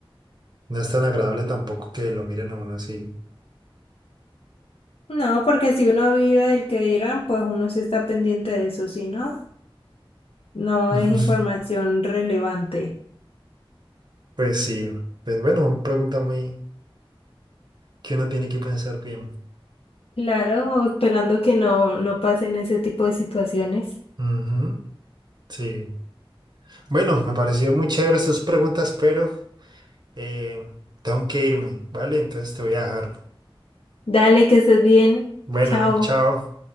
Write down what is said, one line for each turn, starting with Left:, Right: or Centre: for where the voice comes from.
Right: no es tan agradable tampoco que lo miren a uno así.
Left: no, porque si uno vive el que dirán, pues uno sí está pendiente de eso, si no, no
Right: Ujú.
Left: es información relevante.
Right: Pues sí, pues bueno, pregunta muy que uno tiene que pensar bien.
Left: Claro, esperando que no, no pasen ese tipo de situaciones.
Right: Ujú, Sí. Bueno, me pareció muy chévere estas preguntas, pero... Eh, tengo que irme, ¿vale? Entonces te voy a dejar.
Left: Dale, que estés bien.
Right: Bueno,
Left: Chao.
Right: chao.